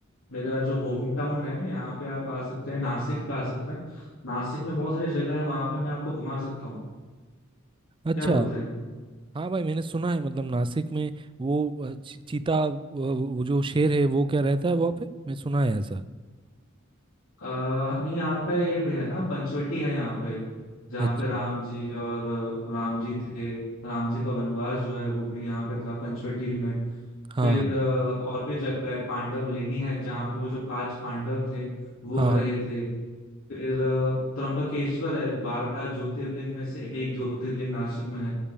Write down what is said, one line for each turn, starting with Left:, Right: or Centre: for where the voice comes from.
Left: मेरा जो होम टाउन है यहाँ पे आप आ सकते हैं नासिक आ सकते हैं नासिक में बहुत सारी जगह है वहाँ पे मैं आपको घुमा सकता हूँ
Right: अच्छा
Left: क्या बोलते हैं
Right: हाँ भाई मैंने सुना है मतलब नासिक में वो अ, ची- चीता अ, वो जो शेर है वो क्या रहता है वहाँ पे मैं सुना है ऐसा
Left: आ, नहीं यहाँ पे ये भी है ना पंचवटी है यहाँ पे जहाँ
Right: अच्छा
Left: पे राम जी और अ, राम जी थे राम जी का वनवास जो है वो भी यहाँ पे था पंचवटी में
Right: हाँ
Left: फिर
Right: हाँ
Left: अ, और भी जगह है पांडव लेनी है जहाँ पे वो जो पांच पांडव थे वो
Right: हाँ
Left: रहे थे फिर अ, त्र्यंबकेश्वर है बारह ज्योतिर्लिंग में से एक ज्योतिर्लिंग नासिक में है